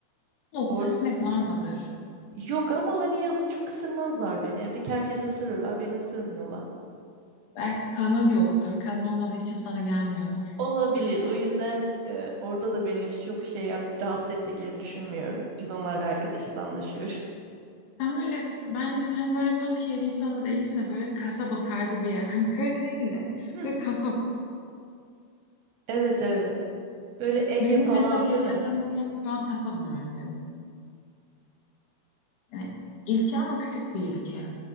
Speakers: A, on the left (about 80°); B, on the right (about 75°).
A: o
B: Or
A: kadar sinek var mıdır?
B: Yok ama hani yazın çok ısırmazlar beni. Evdeki herkesi ısırırlar, beni ısırmıyorlar.
A: Belki kanın yoktur. Kanın olmadığı için sana gelmiyordur.
B: Olabilir. O yüzden e, orada da beni çok şey yap, rahatsız edeceklerini düşünmüyorum. Biz onlarla arkadaşız, anlaşıyoruz.
A: Sen böyle bence sen böyle tam şehir insanı da değilsin de böyle kasaba tarzı bir yer. Hani köyde değil de
B: Hı,
A: böyle kasaba.
B: evet evet. Böyle Ege
A: Benim
B: falan
A: mesela yaşadığım
B: değil mi?
A: yer şu an kasaba mesela. Yani ilçe ama küçük bir ilçe.